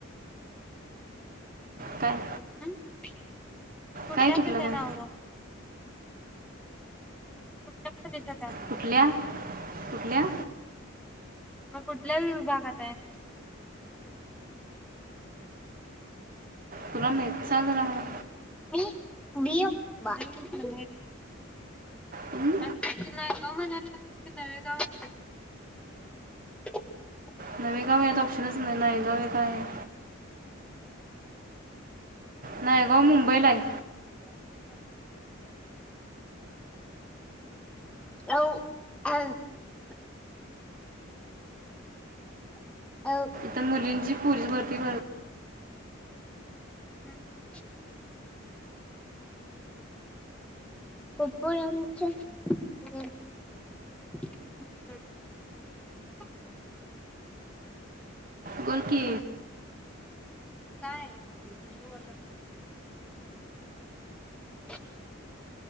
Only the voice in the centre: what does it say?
<unintelligible> कुठल्या
ह्यज्यातय
नायगाव. कुठल्या प्रदेशात आहे
मग कुठल्या विभागातय?
<unintelligible> <inaudible>
<unintelligible> <inaudible> <inaudible>
हं <inaudible> <unintelligible>
काय? <inaudible> <unintelligible>